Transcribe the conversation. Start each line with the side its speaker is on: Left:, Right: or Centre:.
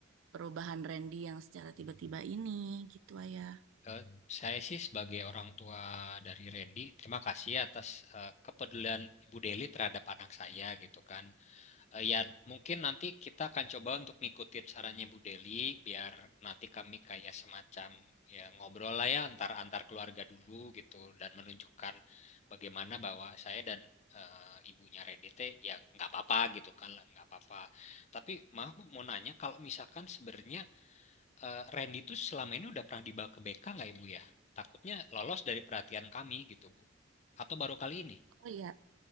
Right: perubahan Randy yang secara tiba-tiba ini gitu, ayah.
Left: Eh, saya sih sebagai orang tua dari Randy terima kasih atas eh, kepedulian Ibu Deli terhadap anak saya gitu kan. Eh, ya, mungkin nanti kita akan coba untuk ngikutin sarannya Bu Deli, biar nanti kami kayak semacam ya ngobrol lah ya antar antar keluarga dulu gitu dan menunjukkan bagaimana bahwa saya dan eh, ibunya Randy teh ya nggak apa-apa gitu kan lah, nggak apa-apa. Tapi maaf Bu mau nanya kalau misalkan sebenarnya eh, Randy tuh selama ini udah pernah dibawa ke BK nggak Ibu ya? Takutnya lolos dari perhatian kami gitu Bu. Atau baru kali ini?
Right: Oh iya,